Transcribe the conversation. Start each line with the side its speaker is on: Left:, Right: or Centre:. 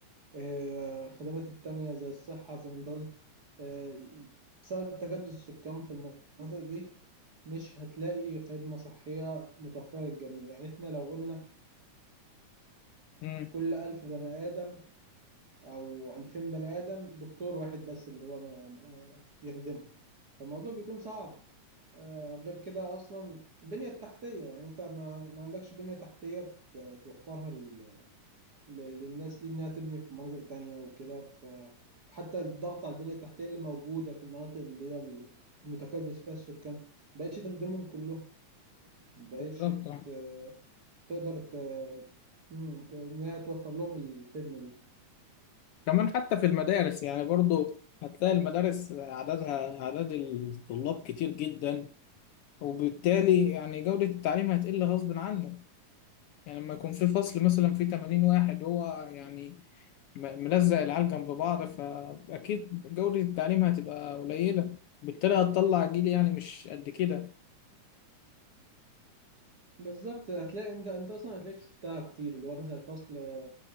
Right: آه، الخدمات التانية زي الصحه زي ما انت قلت آه، بسبب تجدد السكان في المناطق دي مش هتلاقي خدمه صحيه متوفره للجميع يعني احنا لو قلنا
Left: امم
Right: كل ألف بني آدم او 2000 بني ادم دكتور واحد بس اللي هو ما- ما- يخدمهم فالموضوع بيكون صعب آه، غير كده اصلا البنيه التحتيه يعني انت ما, ما عندكش بنيه تحتيه ت- توفرها ل- ل- للناس دي انها تبني في مناطق تانية وكده ف وحتى الضغط على البنيه التحتيه اللي موجوده في المناطق اللي هي المتكدس فيها السكان مبقتش تخدمهم كلهم مبقتش
Left: بالظبط آه.
Right: ت- تقدر ت... مم، ت- انها توفر لهم الخدمه دي
Left: كمان حتى في المدارس يعني برضه هتلاقي المدارس عددها عدد الطلاب كتير جدا وبالتالي يعني جودة التعليم هتقل غصب عنك يعني لما يكون في فصل مثلا فيه 80 واحد هو يعني م- ملزق العيال جنب بعض فأكيد جودة التعليم هتبقى قليلة بالتالي هتطلع جيل يعني مش قد كده
Right: بالظبط هتلاقي انت انت اصلا هتلاقيك شفتها كتير اللي هو مثلا الفصل آه،